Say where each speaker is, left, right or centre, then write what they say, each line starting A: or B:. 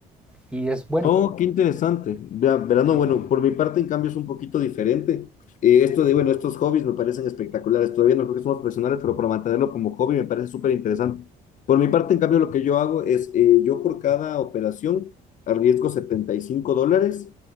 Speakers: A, in the centre; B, on the left.
A: y es bueno.
B: Oh, qué interesante. Vea- Verano,
A: Sí,
B: bueno, por mi parte en cambio es un poquito diferente. Eh, esto de, bueno, estos hobbies me parecen espectaculares. Todavía no creo que somos profesionales, pero para mantenerlo como hobby me parece súper interesante. Por mi parte, en cambio, lo que yo hago es, eh, yo por cada operación arriesgo 75 dólares,